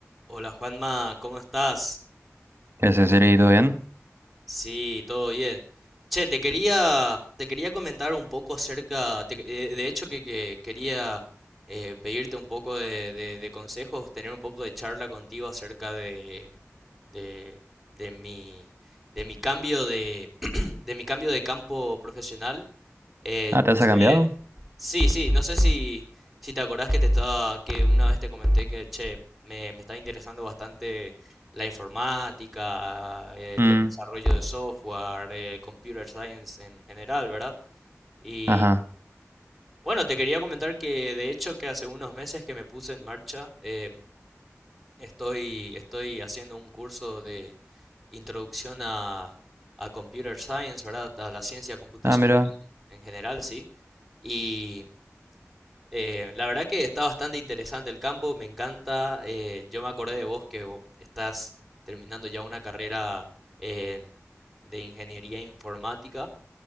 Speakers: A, in the centre; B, on the right (about 50°).
A: Hola Juanma, ¿cómo estás?
B: ¿Qué haces, Siri? ¿Todo bien?
A: Sí, todo bien. Che, te quería, te quería comentar un poco acerca, te que- eh, de hecho que, que quería eh, pedirte un poco de, de- de consejos, tener un poco de charla contigo acerca de, de, de mi, de mi cambio de, <clears throat> de mi cambio de campo profesional. Eh,
B: Ah, ¿te has
A: este-
B: cambiado?
A: sí, sí, no sé si, si te acordás que te estaba, que una vez te comenté que, che, me, me estaba interesando bastante la informática, el,
B: Mm,
A: el desarrollo de software, eh, computer science en general, ¿verdad? Y
B: ajá.
A: bueno, te quería comentar que de hecho que hace unos meses que me puse en marcha, em, Estoy, estoy haciendo un curso de introducción a, a Computer Science, ¿verdad? A la ciencia computacional
B: Ah, mira.
A: en, en general, sí. Y eh, la verdad que está bastante interesante el campo, me encanta. eh, yo me acordé de vos que vo- estás terminando ya una carrera en- de ingeniería informática.